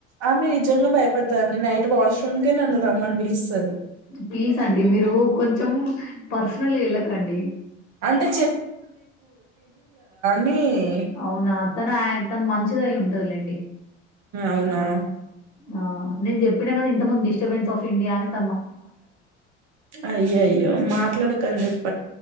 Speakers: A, on the right; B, on the left.
A: ఆమె నిజంగా భయపడతదండి నైట్ వాష్రూంకె నను రమని పిలుస్తాది
B: ప్లీజ్ అండి మీరు కొంచెం పర్సనల్ వెళ్ళకండి
A: అంటే మీ
B: అవునా తను ఆయ తను మంచి ది అయి వుంటదిలెండి
A: అవునా
B: ఆ నేను చేపిన కద ఇంతకు ముందు డిస్టర్బ్స్ <unintelligible>
A: అయ్యో అయ్యో మాట్లాడక క <unintelligible>